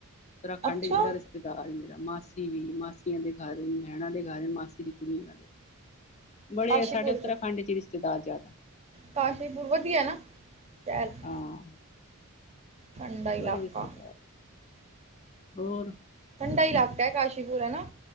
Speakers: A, on the left (about 30°); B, on the right (about 30°).
A: ਉੱਤਰਾਖੰਡ
B: ਅੱਛਾ
A: ਵਿੱਚ ਬੜਾ ਰਿਸ਼ਤੇਦਾਰ ਮੇਰਾ ਮਾਸੀ ਵੀ ਮਾਸੀਆ ਦੇ ਘਰ ਬਹਿਣਾ ਦੇ ਘਰ ਮਾਸੀ ਦੀ ਕੁੜੀ ਉਹਨਾ ਦੇ। ਬੜੇ
B: ਕਾਸ਼ੀਪੁਰ
A: ਸਾਡੇ ਉੱਤਰਾਖੰਡ
B: ਚ
A: ਰਿਸ਼ਤੇਦਾਰ ਜ਼ਿਆਦਾ
B: ਕਾਸ਼ੀਪੁਰ ਵਧੀਆ ਨਾ। <unintelligible>
A: ਹਾਂ
B: ਠੰਡਾ
A: ਬੜੇ
B: ਇਲਾਕਾ।
A: ਰਿਸ਼ਤੇਦਾਰ ਹੋਰ
B: ਠੰਡਾ ਇਲਾਕਾ ਹੈ ਕਾਸ਼ੀਪੁਰ ਹਨਾ।